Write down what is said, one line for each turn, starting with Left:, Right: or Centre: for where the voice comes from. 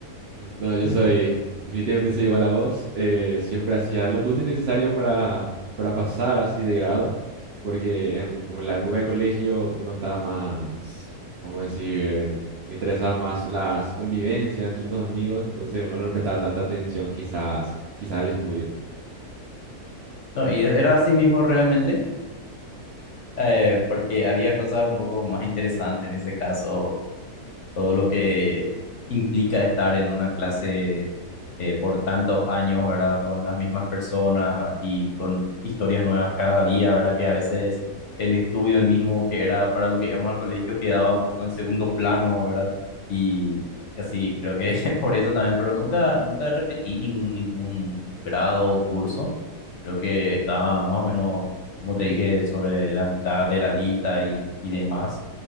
Right: No, yo soy, definitivamente soy igual a vos. eh, siempre hacía lo justo y necesario para, para pasar así de grado, porque en- como en la época del colegio uno estaba más, vamos a decir, le interesaba más la convivencia entre tus amigos, entonces uno no le prestaba tanta atención quizás, quizás al estudio.
Left: No, y era así mismo realmente. eh, porque había cosas un poco más interesantes en ese caso, todo lo que implica estar en una clase eh, por tantos años, ¿verdad? Con las mismas personas ah, y con historias nuevas cada día, ¿verdad? Que a veces el estudio el mismo que era para lo que íbamos al colegio quedaba un poco en segundo plano, ¿verdad? Y, y así, creo que <laughs> por eso también, pero nunca, nunca repetí ningún, ningún grado o curso. Creo que estaba más o menos, como te dije, sobre la mitad de la lista y, y demás,